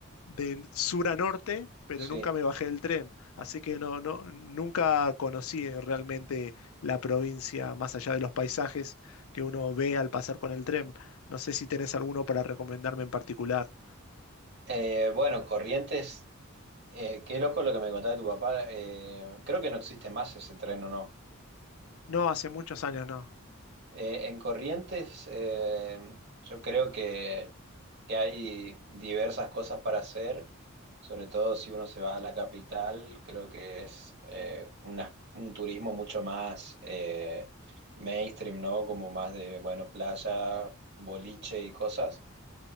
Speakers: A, on the left; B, on the right.
A: de sur a norte, pero
B: sí.
A: nunca me bajé del tren. Así que no, no, nunca conocí eh, realmente la provincia más allá de los paisajes que uno ve al pasar con el tren. No sé si tenés alguno para recomendarme en particular.
B: Eh, bueno, Corrientes, eh, qué loco lo que me contaba de tu papá. Eh, creo que no existe más ese tren, ¿o no?
A: No, hace muchos años no.
B: Eh, en Corrientes, eh, yo creo que, que hay diversas cosas para hacer, sobre todo si uno se va a la capital, creo que es eh, una- un turismo mucho más eh, mainstream, ¿no? Como más de, bueno, playa, boliche y cosas.